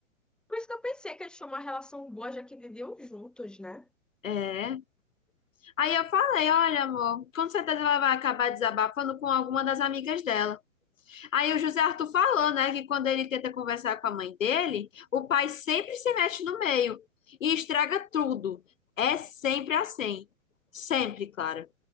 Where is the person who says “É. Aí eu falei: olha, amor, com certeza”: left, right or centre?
Left